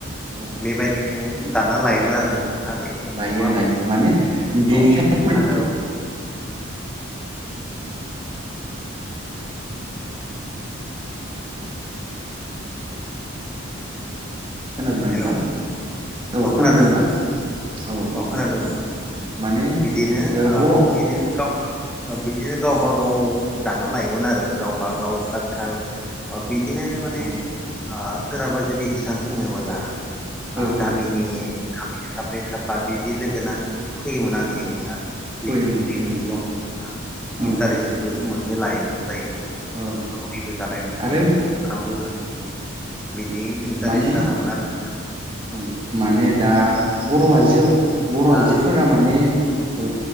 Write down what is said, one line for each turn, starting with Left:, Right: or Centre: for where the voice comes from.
Right: औ
Centre: बेबायदिनो दानना लायोमोन आरो नोंथां। आगोल
Right: लायो
Centre: नङा होमबा
Right: लायो माने <unintelligible>
Centre: अ आरो
Right: खोनादोंना
Centre: हेलौ
Right: नोंथां औ
Centre: अ
Right: खोनादोंना
Centre: खोनादों नोंथां
Right: औ औ
Centre: अ खोनादों
Right: औ औ
Centre: नोंथां
Right: माने
Centre: बिदिनो ओ
Right: बर' औ
Centre: बिदिनो गाव बिदिनो गावब गाव दाना लायोमोन आरो गावब गाव तातखाल बिदिनो माने
Right: औ
Centre: सोरहाबा जुदि हिसान सोङोबोला
Right: औ
Centre: आ गामिनि
Right: औ
Centre: साब्रै साबा बिदि लोगोनां फैयोमोन आरो
Right: औ
Centre: लेंयोमोन
Right: फैयोमोन फैयोमोन
Centre: जमा
Right: औ ओ
Centre: इन्टारेस्टबो मोनसे लायोमोन जायोमोन
Right: औ
Centre: सावरिबो जानाय
Right: आरो
Centre: जायोमोन ओंखामबो <inaudible> बिदि
Right: औ
Centre: इन्टारेस्ट
Right: माने
Centre: लागामोन आरो
Right: औ माने दा बर आइजो बर
Centre: नोंथाङा
Right: आइजोफोरा माने औ